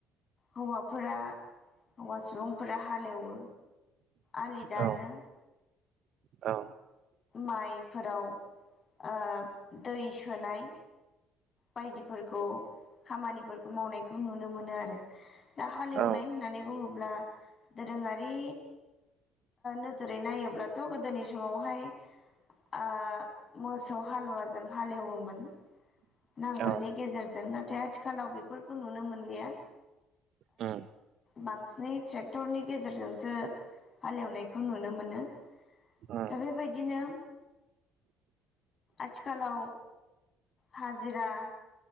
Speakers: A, on the left (about 40°); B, on the right (about 65°).
A: हौवाफोरा हौवा सुबुंफोरा हालेवो आलि दानो
B: औ औ
A: माइफोराव दै सोनाय बायदिफोरखौ खामानिफोरखौ मावनाय खौ नुनो मोनो आरो दा हालेवनाय
B: औ
A: होननानै बुङोब्ला दोरोङारि नोजोरै नायोब्लाथ' गोदोनि समावहाय मोसौ हालुवाजों हालेवोमोन नांगोलनि
B: औ
A: गेजेरजों नाथाय आथिखालाव बेफोरखौ नुनो मोनलिया
B: उम
A: बांसिनै ट्रेक्टरनि गेजेरजोंसो हालेवनायखौ नुनो मोनो
B: उम
A: दा बेबायदिनो आथिखालाव हाजिरा